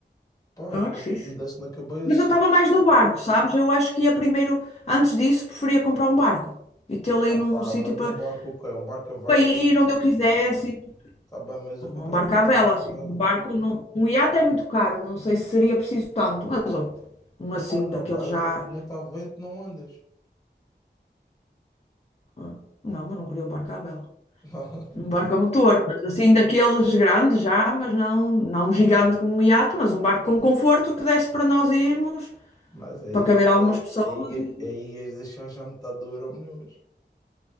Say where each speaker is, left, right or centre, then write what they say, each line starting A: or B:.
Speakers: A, on the left; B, on the left.
A: Pá,
B: Ah,
A: quando
B: que fixe.
A: me desse na cabeça,
B: Mas eu estava mais no barco, sabes? Eu acho que ia primeiro, antes disso, preferia comprar um barco e tê-lo aí
A: ah
B: num
A: pá,
B: sítio
A: mas
B: para
A: um barco o quê? Um barco a vela,
B: para ir onde eu quisesse.
A: tá bem, mas
B: Um
A: eu comprava-se
B: barco à vela,
A: um barco
B: assim.
A: a vela.
B: Um barco, não, um iate é muito caro, não sei se seria preciso tanto, mas um, um
A: Um
B: assim,
A: barco
B: daquele
A: à vela,
B: já.
A: não está vento, não andas.
B: ah, Não, mas não queria um barco à vela.
A: <laughs> Então,
B: Um barco a motor, mas assim, daqueles grandes já, mas não, não um gigante como um iate, mas um barco com conforto que desse para nós irmos,
A: mas aí,
B: para caber algumas pessoas.
A: aí,
B: E...
A: aí ias deixar já metade do euro milhões.